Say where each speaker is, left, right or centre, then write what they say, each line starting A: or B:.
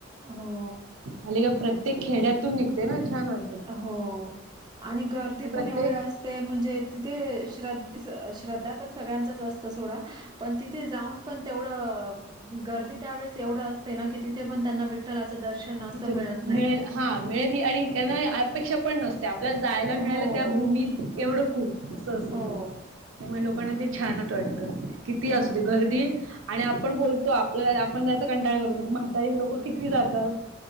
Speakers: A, on the right (about 20°); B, on the right (about 80°).
A: हो
B: अली का प्रत्येक खेड्यातून निघतेय ना छान वाटत
A: हो आणि गर्दी
B: प्रत्येक
A: पण एवढ्या ते म्हणजे तिथे श्रधे श्रद्धा तर सगळ्यांचा जास्त सोडा पण तिथे जाऊन पण तेवढं गर्दी त्यावेेळेस एवढं असते ना की तिथे पण त्यांना वि विठ्ठलाचं दर्शन असं
B: तिथे
A: मिळत नाही
B: मिळेल हा मिळेल ही आणि त्यांना अपेक्षा पण नसते आपल्याला जायला
A: हो
B: मिळायला त्या भूमीत एवढं खूप असं असत
A: हो
B: ते त्यामुळे लोकांना ते छानत वाटतं किती
A: हो
B: असू दे
A: ना
B: गर्दी आणि आपण बोलतो आपल्या आपण जायच कंटाळ करतो पण म्हाताई लोक किती जातात.